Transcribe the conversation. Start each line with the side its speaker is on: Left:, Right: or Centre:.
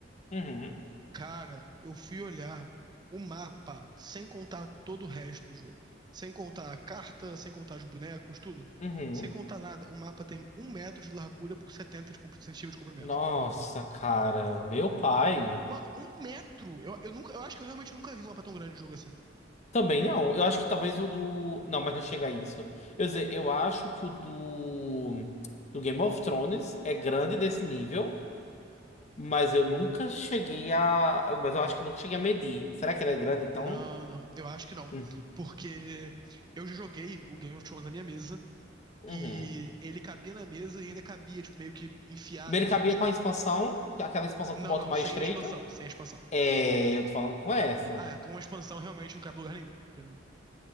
Left: Uhum.
Right: Cara, eu fui olhar o mapa sem contar todo o resto do jogo. Sem contar a carta, sem contar os bonecos, tudo.
Left: Uhum.
Right: Sem contar nada. O mapa tem um metro de largura por 70 de compr- centímetros de comprimento.
Left: Nossa, cara. Meu pai.
Right: Mano, um metro! Eu, eu, nunca, eu acho que eu realmente nunca vi um mapa tão grande de jogo assim.
Left: Também não. Eu acho que talvez o do. Não, mas não chega a isso. Eu ia dizer, eu acho que o do. Do Game of Thrones é grande desse nível, mas eu nunca cheguei a. Mas eu acho que nunca cheguei a medir. Será que ele é grande então?
Right: Não, não, eu acho que não.
Left: Hum.
Right: Porque eu já joguei o Game of Thrones na minha mesa
Left: Uhum.
Right: e ele cabia na mesa e ainda cabia, tipo, meio que enfiado,
Left: Ele cabia
Right: tipo.
Left: com a expansão, aquela expansão que
Right: Não,
Left: bota
Right: não,
Left: o mais
Right: sem
Left: estreito.
Right: a expansão, sem a expansão.
Left: É, eu tô falando com essa.
Right: Ah, é, com a expansão realmente não cabe em lugar nenhum. entendeu?